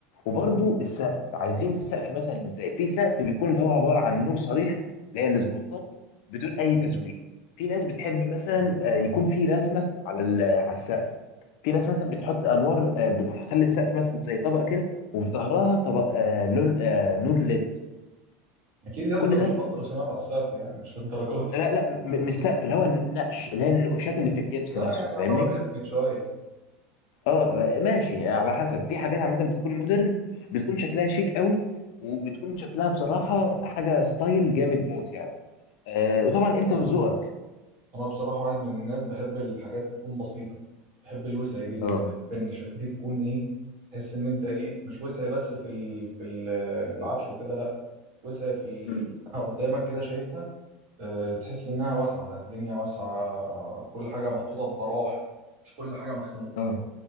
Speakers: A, on the left; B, on the right.
A: وبرضو
B: مم.
A: السقف عايزين السقف مثلا ازاي في سقف بيكون اللي هو عبارة عن نور صريح اللي هي السبوتات بدون اي تزويق في ناس بتحب مثلا آه، يكون في رسمة على ال- آه، على السقف في ناس مثلا بتحط انوار آه، بتخلي السقف مثلا زي طبقة كده وفي ظهرها طبق آه، لون آه، نور ليد
B: أكيد يا اسطى
A: كل
B: مش
A: ده
B: هحط رسومات على السقف يعني مش للدرجة دي
A: لا لا م- مش سقف اللي هو النقش اللي هي النقوشات اللي في الجبس
B: لا
A: نفسه
B: يعني
A: فاهمني
B: يعتبر إدمت شوية
A: اه ماشي على حسب في حاجات عامه بتكون مودرن بتكون شكلها شيك قوي وبتكون شكلها بصراحه حاجه ستايل جامد موت يعني آه
B: بص
A: وطبعا انت
B: أنا
A: وذوقك
B: انا بصراحه واحد من الناس بحب الحاجات تكون بسيطه بحب الوسع جدا
A: اه
B: بحب ان شقتي تكون ايه تحس ان انت ايه مش وسع بس في ال في ال في العفش وكده لا وسع في ال...
A: امم
B: إنها قدامك كده شايفها أه تحس انها واسعه الدنيا واسعه كل حاجه محطوطه ببراح مش كل حاجه مخنوقه
A: اه